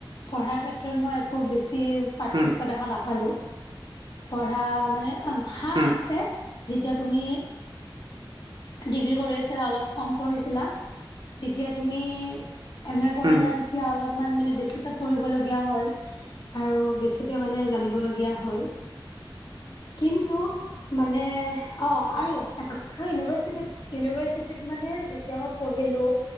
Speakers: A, on the left; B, on the right.
A: পঢ়াৰ ক্ষেত্ৰত মই আকো বেছি পাৰ্থক্য
B: উম,
A: দেখা নাপালো। পঢ়া মানে হা
B: উম,
A: আছে যেতিয়া তুমি ডিগ্ৰী কৰি আছা অলপ কম পঢ়িছিলা তেতিয়া তুমি, এম এ কৰিলো
B: উম,
A: তেতিয়া অলপমান মানে বেছিকে পঢ়িবলগীয়া হ'ল আৰুে। মানে জানিবলগীয়া হ'ল কিন্ত
B: হয় <inaudible>
A: মানে অ' আৰু এটা কথা ইউনিভাৰ্চিট-ইউনিভাৰ্চিটিত মানে যেতিয়া মই পঢহিলো